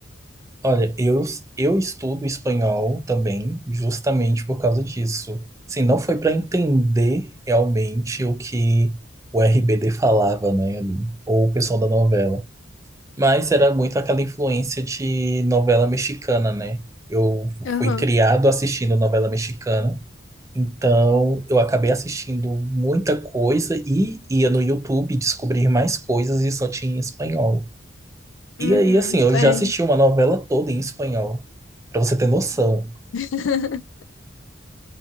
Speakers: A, on the right (about 15°); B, on the left (about 80°).
A: Olha, eu, eu estudo espanhol também, justamente por causa disso. Assim, não foi para entender realmente o que o RBD falava, né, ali, ou o pessoal da novela. Mas era muito aquela influência de novela mexicana, né? Eu
B: Aham.
A: fui criado assistindo novela mexicana, então eu acabei assistindo muita coisa e ia no YouTube descobrir mais coisas e só tinha em espanhol.
B: Uhum.
A: E aí, assim, eu
B: É.
A: já assisti uma novela toda em espanhol, pra você ter noção.
B: <laughs>